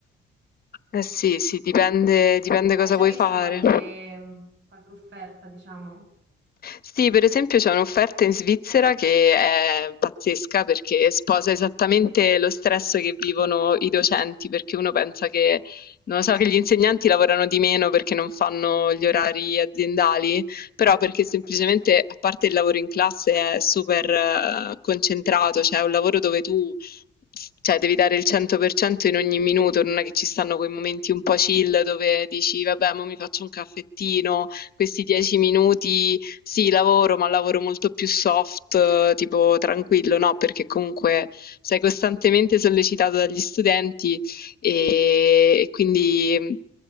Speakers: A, on the left; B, on the right.
A: eh sì, sì, dipende dipende
B: Hai
A: cosa
B: già
A: vuoi
B: visto
A: fare.
B: qualche, qualche offerta, diciamo?
A: Sì, per esempio c'è un'offerta in Svizzera che è pazzesca perché sposa esattamente lo stress che vivono i docenti, perché uno pensa che, non lo so, che gli insegnanti lavorano di meno perché non fanno gli orari aziendali, però perché
B: Mhm.
A: semplicemente, a parte il lavoro in classe, è super eh, concentrato, cioè è un lavoro dove tu cioè devi dare il 100% in ogni minuto, non è che ci stanno quei momenti un po' chill dove dici vabbè, ma mi faccio un caffettino questi dieci minuti sì, lavoro, ma lavoro molto più soft, eh, tipo tranquillo, no? Perché comunque sei costantemente sollecitato dagli studenti e, e quindi.